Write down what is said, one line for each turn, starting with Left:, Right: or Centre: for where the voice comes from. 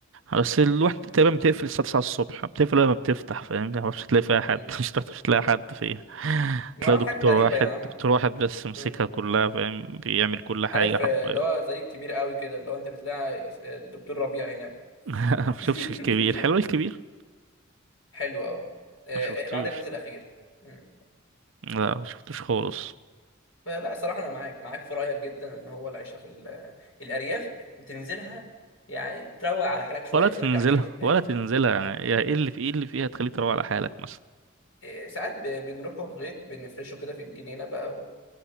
Right: بس الوحدة تقريبا بتقفل الساعة 9 الصبح بتقفل لما بتفتح فاهم يعني مش هتلاقي فيها حد
Left: مم.
Right: <laughs> مش هتعرف- مش هتلاقي حد فيها
Left: ما
Right: هتلاقي
Left: هو حاجه
Right: دكتور
Left: غريبه
Right: واحد
Left: يا عم
Right: دكتور واحد بس ماسكها
Left: مم.
Right: كلها فاهم بيعمل كل حاجة
Left: عارف
Right: حرفيا
Left: آه، اللي هو زي الكبير قوي كده اللي هو انت بتلاقي آه، الدكتور ربيع هناك
Right: <laughs> ما
Left: <laughs>
Right: شفتش الكبير حلو الكبير
Left: حلو اه آه،
Right: ما شفتوش
Left: ما عدا الجزء الاخير مم.
Right: لا ما شفتوش خالص
Left: فلا صراحة انا معاك معاك في رأيك جدا ان هو العيشة في ال- الارياف تنزلها يعني تروق على حالك شوية
Right: ولا
Left: وترجع
Right: تنزلها
Left: تاني لا
Right: ولا تنزلها يعني يا ايه اللي في ايه اللي فيها تخليك تروح على حالك مثلا
Left: آه، ساعات ب- بنروحوا الغيط بنفرشه كده في الجنينة بقى و-